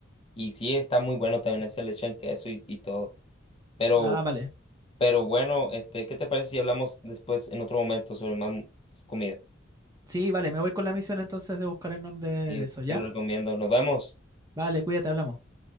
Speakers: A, on the left; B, on the right.
A: Y sí, está muy bueno también ese leche en queso y, y todo. Pero
B: Ah, vale.
A: Pero bueno, este, ¿qué te parece si hablamos después en otro momento sobre más comida?
B: Sí, vale, me voy con la misión entonces de buscar el nombre
A: Y
B: de eso, ¿ya?
A: te lo recomiendo. Nos vemos.
B: Vale, cuídate, hablamos.